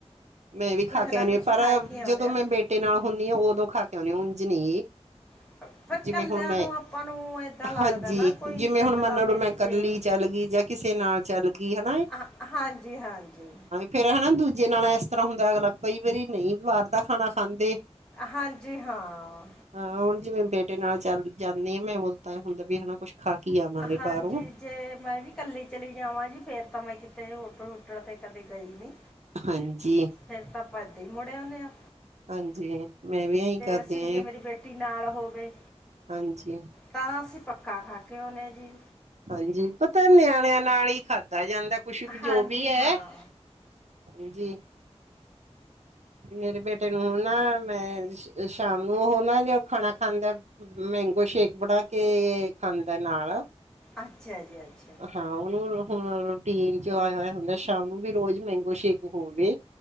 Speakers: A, on the right; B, in the centre.
A: ਮੈਂ ਵੀ ਖਾ
B: ਕੁਛ ਨਾ
A: ਕੇ ਆਨੀ
B: ਕੁਛ
A: ਆ ਪਰ
B: ਖਾ ਕੇ ਆਉਂਦੇ
A: ਜਦੋਂ
B: ਹਾਂ
A: ਮੈਂ ਬੇਟੇ ਨਾਲ ਹੁਨੀ ਆ ਉਦੋਂ ਖਾ ਕੇ ਆਉਨੀ ਆ ਉੰਝ ਨੀ
B: <inaudible>
A: ਜਿਵੇਂ ਹੁਣ ਮੈਂ,
B: ਨੂੰ ਆਪਾਂ ਨੂੰ ਏਦਾਂ ਲੱਗਦਾ
A: ਹਾਂਜੀ
B: ਨਾ ਕੋਈ
A: ਜਿਵੇਂ
B: ਪਿੰਡ
A: ਹੁਣ ਮੰਨ
B: ਦਾ
A: ਲੋ
B: ਮਿਲ
A: ਮੈਂ ਕੱਲੀ
B: ਜੇ
A: ਚੱਲ ਗਈ ਜਾਂ ਕਿਸੇ ਨਾਲ ਚੱਲ ਗੀ ਹਨਾ ਜੀ
B: ਹਾਂ, ਹਾਂਜੀ ਹਾਂਜੀ।
A: ਫੇਰ ਹਨਾ ਦੂਜੇ ਨਾਲ ਏਸ ਤਰ੍ਹਾਂ ਹੁੰਦਾ ਅਗਲਾ ਕਈ ਵਾਰੀ ਨਈ ਬਾਰ ਦਾ ਖਾਣਾ ਖਾਂਦੇ।
B: ਹਾਂਜੀ ਹਾਂ।
A: ਹਾਂ ਹੁਣ ਜਿਵੇਂ ਬੇਟੇ ਨਾਲ ਚੱਲ ਜਾਨੀ ਆ ਮੈਂ ਉਹ ਤਾਂ ਹੁੰਦਾ ਵੀ ਹਨਾ ਕੁਛ ਖਾ ਕੇ ਆਵਾਂਗੇ
B: ਹਾਂਜੀ
A: ਬਾਹਰੋਂ
B: ਜੇ ਮੈ ਵੀ ਕੱਲੀ ਚਲੀ ਜਾਵਾਂ ਜੀ ਫੇਰ ਤਾਂ ਮੈਂ ਕਿਤੇ ਹੋਟਲ ਹੁਟਲ ਤੇ ਕਦੇ ਗਈ ਨੀ।
A: ਹਾਂਜੀ,
B: ਫੇਰ ਤਾਂ ਆਪਾਂ ਏਦਾਂ ਈ ਮੁੜੇ ਆਓਨੇ ਆ।
A: ਹਾਂਜੀ ਮੈਂ ਵੀ ਅਈ ਕਰਦੀ
B: ਅਸੀਂ
A: ਆ ਜੀ।
B: <unintelligible> ਨਾਲ ਹੋਵੇ।
A: ਹਾਂਜੀ,
B: ਤਾਂ ਅਸੀਂ ਪੱਕਾ ਖਾ ਕੇ ਆਉਂਨੇ ਆ ਜੀ।
A: ਹਾਂਜੀ ਪਤਾ ਨਿਆਣਿਆਂ ਨਾਲ ਈ ਖਾਧਾ ਜਾਂਦਾ। ਕੁਛ ਜੋ
B: ਹਾਂਜੀ
A: ਵੀ ਐ
B: ਹਾਂ
A: ਹਾਂਜੀ। ਮੇਰੇ ਬੇਟੇ ਨੂੰ ਨਾ ਮੈਂ ਸ਼ਾਮ ਨੂੰ ਔਹੋ ਨਾ ਜਦ ਖਾਣਾ ਖਾਂਦਾ। ਮੈਂਗੋ ਸ਼ੇਕ ਬਣਾ ਕੇ ਖਾਂਦਾ ਨਾਲ
B: ਅੱਛਾ ਜੀ ਅੱਛਾ,
A: ਹਾਂ ਉਹਨੂੰ ਹੁਣ ਰੂਟੀਨ ਚ ਆਇਆ ਹੋਇਆ ਹੁੰਦਾ ਸ਼ਾਮ ਨੂੰ ਵੀ ਰੋਜ਼ ਮੈਂਗੋ ਸ਼ੇਕ ਹੋਵੇ।